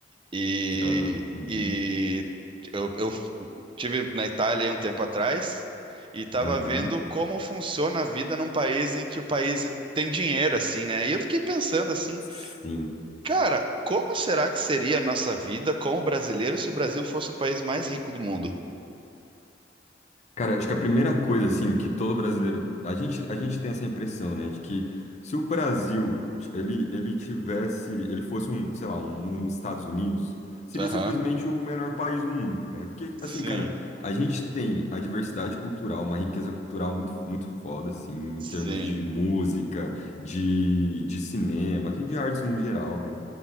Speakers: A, on the right; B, on the left.
A: E,
B: Já. Uhum.
A: e eu, eu tive na Itália aí um tempo atrás e tava
B: Uhum.
A: vendo como funciona a vida num país em que o país tem dinheiro assim, né? E eu fiquei pensando assim,
B: Sim.
A: Cara, como será que seria a nossa vida como brasileiro se o Brasil fosse o país mais rico do mundo?
B: Cara, acho que a primeira coisa, assim, que todo brasileiro. A gente, a gente tem essa impressão, né, de que se o Brasil ele, ele tivesse. Ele fosse um, sei lá, um, um Estados Unidos, seria
A: Aham.
B: simplesmente o melhor país do mundo, né? Porque, assim,
A: Sim,
B: cara, a gente tem a diversidade cultural, uma riqueza cultural muito, muito foda, assim,
A: sim,
B: em termos de música, de, de cinema, assim, de artes no geral, né?